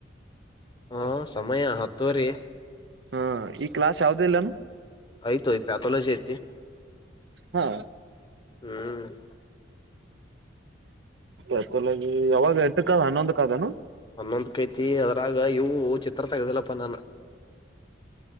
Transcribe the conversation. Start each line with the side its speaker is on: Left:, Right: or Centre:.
Left: ಹಾ ಸಮಯ ಹತ್ತುವರಿ
Right: ಹಾ ಈಗ ಕ್ಲಾಸ್ ಯಾವ್ದು ಇಲ್ಲೇನು
Left: ಆಯ್ತು ಪ್ಯಾಥಾಲಜಿ ಐತಿ
Right: ಹಾ
Left: ಹ್ಮ್
Right: ಎತ್ತಲಾಗಿ ಯಾವಾಗ ಏಷ್ಟುಕ್ಕ ಅದ ಹನ್ನೊಂದ ಕಾದನು
Left: ಹನ್ನೊಂದ ಕೈತಿ ಅದ್ರಾಗ ಇವು ಚಿತ್ರ ತೆಗ್ದಿಲ್ಲಪ್ಪ ನಾನ